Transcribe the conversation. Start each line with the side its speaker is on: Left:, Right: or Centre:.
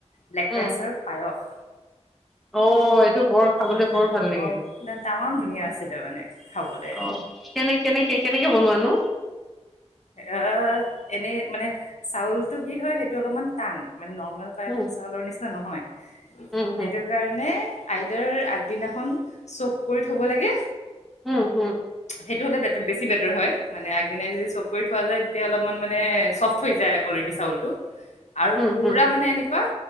Left: ব্লেক
Centre: উম
Left: ৰাইচৰ
Centre: উম
Left: পায়স
Centre: অ এইটো বৰ খাবলে
Left: একদম
Centre: বৰ ভাল লাগে
Left: বৰ তামাম ধুনীয়া আছিল যাবানে খাবলে
Centre: অ কেনে কেনেকে কেনেকে বনোৱা নো
Left: অহ এনেই মানে চাউলটো কি হয় সেইটো অলপমান টান মানে নৰ্মেল পায়স
Centre: উম
Left: চাউলৰ নিচিনা নহয়
Centre: উম
Left: সেইটো
Centre: হম
Left: কাৰণে আইদাৰ আগদিনাখন চক কৰি থব লাগে
Centre: উম হম
Left: সেইটো হ'লে বেট বেছি বেটাৰ হয় মানে আগদিনাই যদি চক কৰি থোৱা যায় এতিয়া অলপমান মানে চফ্ট হৈ যায় অলৰেডি চাউলটো আৰু
Centre: উম
Left: পুৰা
Centre: হম
Left: মানে এনেকুৱা